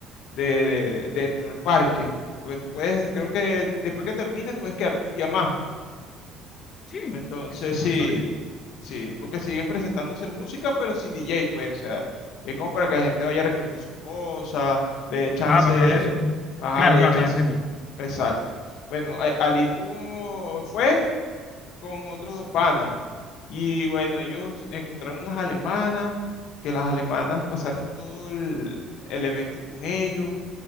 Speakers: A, on the left; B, on the left.
A: de, de- de- dentro del parque, porque tú puedes, creo que después que termines puedes quedarte un día más.
B: Sí,
A: Entonces
B: eso sí
A: sí,
B: no sabía.
A: sí, porque siguen presentándose música, pero sin DJ, pues, o sea, es como para que la gente vaya recogiendo sus cosas, le dé chance
B: Ah, para
A: de,
B: que vaya haciendo.
A: ajá,
B: Claro,
A: le
B: claro,
A: dé chance,
B: ya entendí.
A: exacto. Bueno, a- Ali, ¿tú fue? con otros dos panas. Y bueno, ellos encontraron unas alemanas, que las alemanas pasaron todo el, el evento con ellos.